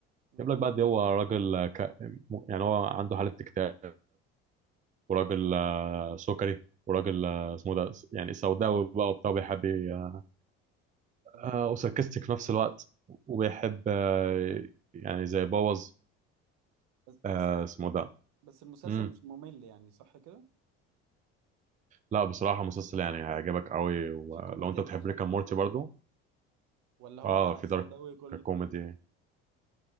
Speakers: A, on the right (about 70°); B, on the right (about 25°).
A: مم،
B: جايب لك بقى دي هو راجل ك... يعني هو عنده حالة اكتئاب وراجل سكري وراجل آه، اسمه ده يعني سوداوي بقى وبتاع وبيحب ي-
A: تمام
B: آه، وساركستك في نفس الوقت وبيحب آه، يعني زي بوظ
A: بس
B: آه،
A: بس
B: اسمه ده
A: بس المسلسل
B: مم.
A: مش ممل يعني صح كده
B: لا بصراحة مسلسل يعني هيعجبك قوي ولو
A: في كوميديا
B: انت بتحب
A: تضحك
B: ريكا
A: برضه
B: مورتي برضو
A: كده ولا هو
B: اه في
A: سوداوي
B: دارك
A: كله
B: كوميدي